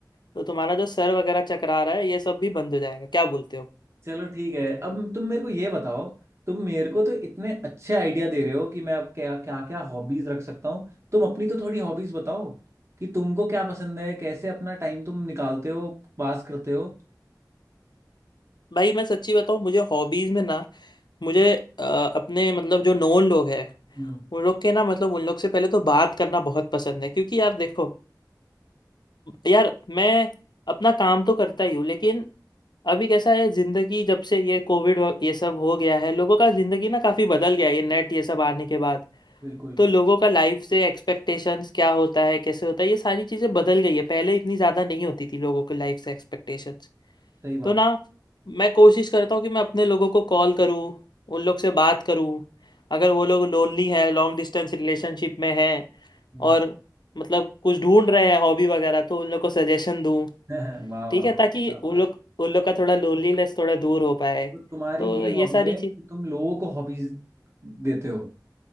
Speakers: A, on the left; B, on the right.
A: तो तुम्हारा जो सर वगैरह चकरा रहा है ये सब भी बंद हो जाएगा क्या बोलते हो
B: चलो ठीक है अब तुम मेरे को ये बताओ तुम मेरे को तो इतने अच्छे आइडिया दे रहे हो कि मैं अब क्या क्या क्या हॉबीज रख सकता हूँ तुम अपनी तो थोड़ी हॉबीज बताओ कि तुमको क्या पसंद है कैसे अपना टाइम तुम निकालते हो पास करते हो
A: भाई मैं सच्ची बताऊँ मुझे हॉबीज़ में ना मुझे अ, अपने मतलब जो नॉन लोग हैं
B: हम्म
A: उन लोग के ना मतलब उन लोग से पहले तो बात करना बहुत पसंद है क्योंकि यार देखो यार मैं अपना काम तो करता ही हूँ लेकिन अभी कैसा है जिंदगी जब से ये कोविड ये सब हो गया है लोगों का जिंदगी ना काफी बदल गया है ये नेट ये सब आने के बाद
B: बिल्कुल
A: तो लोगों का लाइफ से एक्सपेक्टेशंस क्या होता है कैसे होता है ये सारी चीजें बदल गई है पहले इतनी ज्यादा नहीं होती थी लोगों के लाइफ से एक्सपेक्टेशंस
B: सही बात
A: तो ना मैं कोशिश करता हूँ कि मैं अपने लोगों को कॉल करूँ उन लोग से बात करूँ अगर वो लोग लोनली हैं लॉन्ग डिस्टेंस रिलेशनशिप में हैं
B: हम्म
A: और मतलब कुछ ढूंढ रहे हैं हॉबी वगैरह तो उन लोग को सजेशन दूँ
B: <laughs> वाह
A: ठीक
B: वाह
A: है
B: वाह
A: ताकि
B: क्या बात
A: उन लोग उन लोग का थोड़ा लोनलीनेस थोड़ा दूर हो पाए
B: तो तुम्हारी
A: तो
B: ये <laughs>
A: ये
B: हॉबी
A: सारी
B: है
A: चीज
B: कि तुम लोगों को हॉबीज देते हो